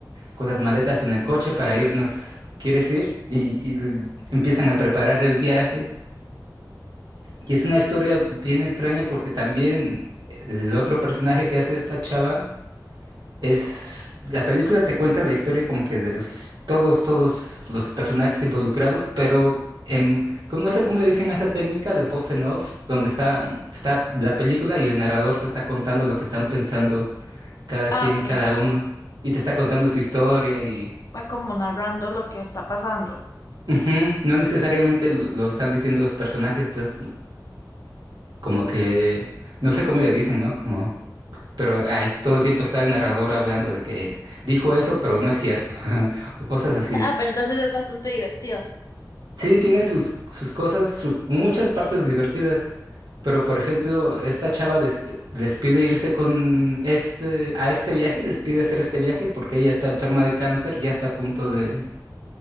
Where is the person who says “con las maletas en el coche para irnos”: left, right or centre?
Right